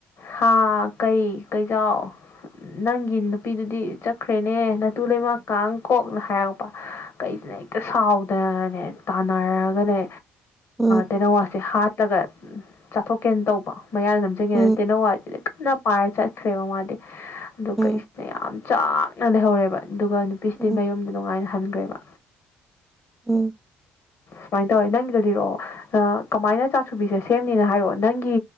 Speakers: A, on the left; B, in the centre.
A: ꯍꯥ ꯀꯩ ꯀꯩꯖꯥꯎ ꯅꯪꯒꯤ ꯅꯨꯄꯤꯗꯨꯗꯤ ꯆꯠꯈ꯭ꯔꯦꯅꯦ ꯅꯇꯨ ꯂꯩꯃ ꯀꯥꯡ ꯀꯣꯛꯅ ꯍꯥꯏꯔꯛꯄ ꯀꯩꯖꯤꯅ ꯍꯦꯛꯇ ꯁꯥꯎ ꯗꯅꯥꯅꯦ ꯇꯥꯟꯅꯔꯒꯅꯦ
B: ꯎꯝ
A: ꯇꯦꯅꯧꯋꯥꯁꯦ ꯍꯥꯠ ꯇꯒ ꯆꯥꯊꯣꯛꯀꯦꯅ ꯇꯧꯕ ꯃꯌꯥꯗ ꯅꯝꯁꯤꯒꯦꯅ
B: ꯎꯝ
A: ꯇꯦꯟꯅꯧꯋꯥ ꯀꯟꯅ ꯄꯥꯏꯔ ꯆꯠꯈ꯭ꯔꯦꯕ ꯃꯥꯗꯤ ꯑꯗꯨꯒ
B: ꯎꯝ
A: ꯀꯩꯁꯤꯅ ꯌꯥꯝ ꯆꯥꯛꯅ ꯂꯩꯍꯧꯔꯦꯕ ꯑꯗꯨꯒ ꯅꯨꯄꯤꯁꯤꯗꯤ
B: ꯎꯝ
A: ꯃꯌꯨꯝꯗ ꯅꯨꯡꯉꯥꯏꯅ ꯍꯟꯒ꯭ꯔꯦꯕ
B: ꯎꯝ
A: ꯁꯨꯃꯥꯏꯟ ꯇꯧꯋꯦ ꯅꯪꯒꯤꯗꯣ ꯂꯤꯔꯛꯑꯣ ꯀꯃꯥꯏꯅ ꯆꯥꯁꯨꯕꯤꯁꯦ ꯁꯦꯝꯅꯤꯅ ꯍꯥꯏꯔꯛꯑꯣ ꯅꯪꯒꯤ